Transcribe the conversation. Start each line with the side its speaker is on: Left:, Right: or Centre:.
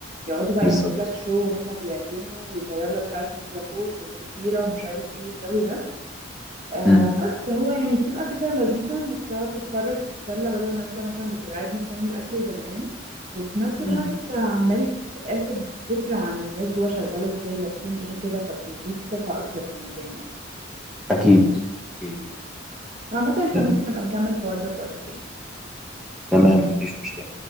Right: يقعدوا بقى
Centre: بالظبط
Right: يعملوا لك شو وهم بيعجنوا ويطير لك بقى البيتزا فوق والفطيرة ومش عارف ايه والجو ده آه
Centre: مم.
Right: بس هو يعني بتبقى فكرة لذيذة انك تقعد تتفرج تتسلى بدل ما انت مثلا بتبقى قاعد مستني الاكل وزهقان وفي نفس الوقت
Centre: مم.
Right: انت عمال تاخد فكرة عن الناس جوه شغالة ازاي لابسين ايه كده فبتديك ثقة اكتر في المكان يعني
Centre: اكيد اكيد
Right: عامة احنا
Centre: آه،
Right: ممكن نبقى نكمل الحوار ده في وقت تاني
Centre: تمام مفيش مشكلة